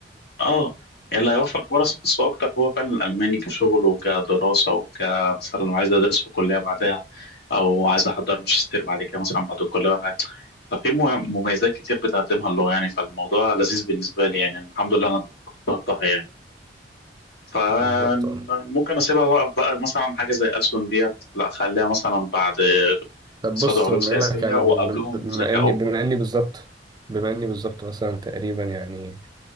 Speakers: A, on the left; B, on the right.
A: اه يعني اللي هيوفر فرص نفسه اكتر هو فعلا الالماني كشغل وكدراسه وكمثلا لو عايز ادرس في كليه بعدها او عايز احضر ماجستير بعد كده مثلا بعد الكليه ولا حاجه ففي مم- مميزات كتير بتقدمها اللغه يعني فالموضوع لذيذ بالنسبه لي يعني الحمد لله انا اخترتها يعني فممكن
B: بالظبط اه
A: اسيبها بقى, بقى مثلا حاجه زي ألسن ديت لا اخليها مثلا بعد
B: طب
A: اقتصاد
B: بص
A: وعلوم
B: بما
A: سياسيه
B: انك يعني
A: وقبلهم
B: ب- ب- بما
A: ذكاء
B: اني بما اني بالظبط بما اني بالظبط مثلا تقريبا يعني